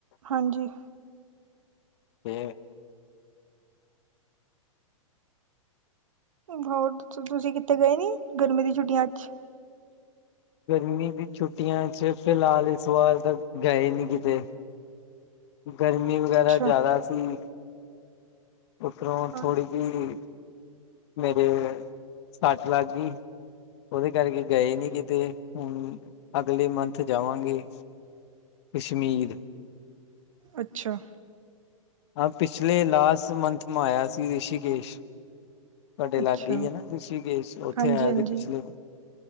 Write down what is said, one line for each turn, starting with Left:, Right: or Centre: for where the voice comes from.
Right: ਹਾਂਜੀ
Left: ਅਤੇ
Right: ਹੋਰ ਤੁਸੀਂ ਕਿੱਤੇ ਗਏ ਨੀ ਗਰਮੀ ਦੀ ਛੁੱਟੀਆਂ ਅੱਜ
Left: ਗਰਮੀ ਦੀ ਛੁੱਟੀਆਂ ਚ ਫਿਲਹਾਲ ਇਸ ਵਾਰ ਤਾਂ ਗਏ ਨੀ ਕਿਤੇ ਗਰਮੀ ਵਗੈਰਾ
Right: ਅੱਛਾ।
Left: ਜ਼ਿਆਦਾ ਸੀ ਉੱਪਰੋਂ
Right: ਹਾਂ।
Left: ਥੋੜ੍ਹੀ ਜਿਹੀ ਮੇਰੇ ਸੱਚ ਲੱਗ ਗਈ ਉਹਦੇ ਕਰਕੇ ਗਏ ਨੀ ਕਿਤੇ ਹੁਣ ਅਗਲੇ ਮੰਥ ਜਾਵਾਂਗੇ ਕਸ਼ਮੀਰ
Right: ਅੱਛਾ
Left: ਹਾਂ, ਪਿਛਲੇ ਲਾਸਟ ਮੰਥ ਮ ਆਇਆ ਸੀ ਰਿਸ਼ੀਕੇਸ਼। ਤੁਹਾਡੇ
Right: ਅੱਛਾ।
Left: ਲਾਗੇ ਈ ਹੈ ਨਾ ਰਿਸ਼ੀਕੇਸ਼, ਔਥੇ
Right: ਹਾਂਜੀ,
Left: ਆਇਆ
Right: ਹਾਂਜੀ
Left: ਸੀ ਪਿਛਲੇ